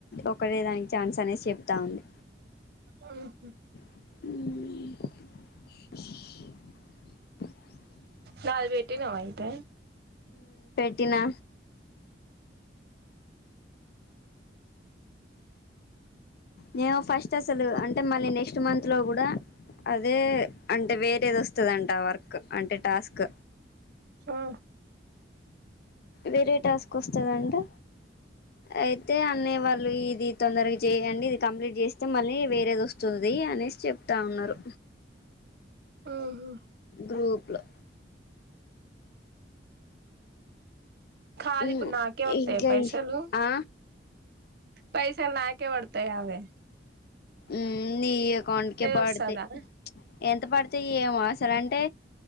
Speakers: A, on the left (about 60°); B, on the right (about 60°).
A: ఒకటే దానికి ఛాన్స్ అనేది చెప్తా ఉంది
B: ఆఓహ
A: అ
B: న వేట ేనాయితే
A: పటినా నేను ఫస్ట్ అసలు అంటే మళ్ళీ నెక్స్ట్ మంత్ లో కూడా అదే అంటే వేరేది వస్తుందింట వర్క్ అంటే టాస్క్
B: ఆా
A: వేరే టాస్క్ వస్తుందింటే అయితే అనే వాళ్ళు ఇది తొందరగా చేయడి ఇది కంప్లీట్ చేస్తే మళ్ళీ వేరేది వస్తుంది అనేసి చెప్తా ఉన్నారు
B: ఉహు
A: గ్రూప్ లో
B: కాాదు
A: ఉమ్
B: ఇప్పుడు నాకే వతేా
A: ఇంకా
B: పైసలు
A: ఈ ఆ
B: పైసలు నాకే పడతాయవే.
A: ఉమ్ నీ అకౌంట్కే పడతాయి
B: వస్తదా
A: ప్చ్ ఎంత పడుత. అయితే ఏమో అసలు అంటే